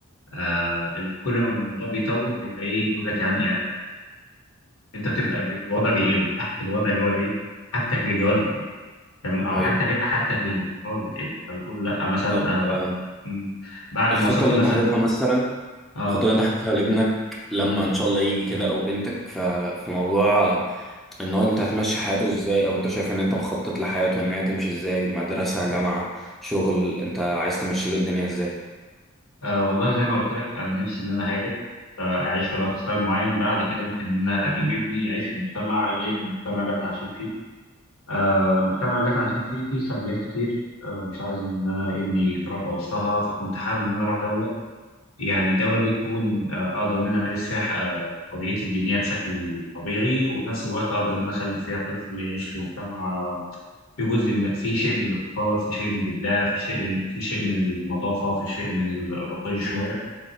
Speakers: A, on the left; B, in the centre.
A: آه ال- كل ما الموضوع بيطول بيبقى ايه بيقول لك يعني, يعني انت بتبقى بي- الوضع بيقل <laughs> الوضع اللي هو ايه حاجتك للجواز بتقل تمام او
B: ايوه
A: حاجتك حاجتك للاستقرار بتقل فبتقول لا مثلا
B: طب
A: آه
B: آه،
A: م، بعد
B: الخطة
A: ما وصلت
B: اللي
A: مثلا
B: انت حاططها مثلا
A: اه,
B: الخطة اللي انت حاططها لابنك لما ان شاء الله يجي كده او بنتك ف- في موضوع آه، ان هو انت هتمشي حياته ازاي او انت شايف ان انت مخطط لحياته ان هي تمشي ازاي مدرسة جامعة شغل انت عايز تمشي له الدنيا ازاي
A: آه والله زي ما قلت لك انا نفسي ان انا هاجر آه، اعيش في لايف ستايل معين بعد كده ممكن ان انا اجيب ابني يعيش في مجتمع غير المجتمع اللي احنا عايشين فيه آه، المجتمع اللي احنا عايشين فيه فيه سلبيات كتير آه، مش عايز ان انا ابني يتربى وسطها فكنت حابب ان انا اروح دوله يعني الدوله دي تكون آه، اقدر ان انا امارس فيها آه، حريتي الدينيه بشكل طبيعي وفي نفس الوقت اقدر ان انا اخلي فيها طفل يعيش في مجتمع آه، في جزء من في شيء من الابتكار في شيء من الابداع في شيء في شيء من النظافه في شيء من الرقي شويه
B: امم